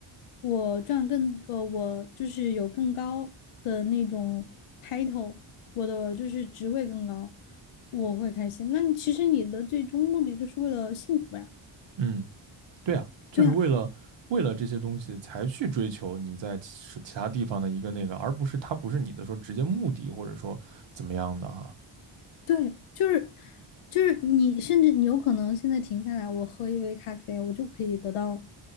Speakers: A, on the left; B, on the right.
A: 我赚更呃，我就是有更高的那种 title，我的就是职位更高，我会开心。那你其实你的最终目的就是为了幸福呀，
B: 嗯，对啊，就是为了为了这些东西才去追求你在其其他地方的一个那个，
A: 对呀，
B: 而不是它不是你的说直接目的或者说怎么样的哈，
A: 对，就是就是你甚至你有可能现在停下来，我喝一杯咖啡，我就可以得到